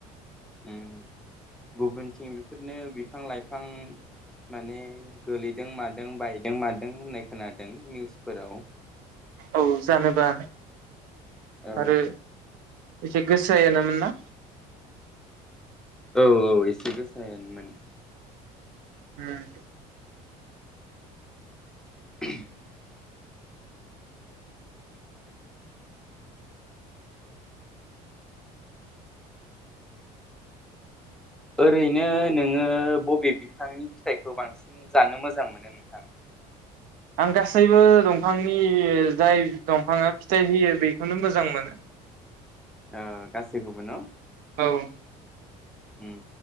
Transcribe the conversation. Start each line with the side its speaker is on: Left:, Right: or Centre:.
Centre: उम गुबुनथिं बेफोरनो बिफां लाइफां माने गोलैदों मादों बायदों मादों होननाय खोनादों निउसफोराव।
Right: औ जानोबा।
Centre: औ।
Right: आरो एसे गोसोायमोन ना।
Centre: औ औ एसे गोसायानोमोन।
Right: हम।
Centre: <inaudible> ओरैनो नोङो बबे बिफांनि फिथाइखौ बांसिन जानो मोजां मोनो नोंथां।
Right: आं गासैबो दंफांनि जाय दंफाङा फिथाइ होयो बेखौनो मोजां मोनो।
Centre: अ गासैखौबो न।
Right: औ।
Centre: उम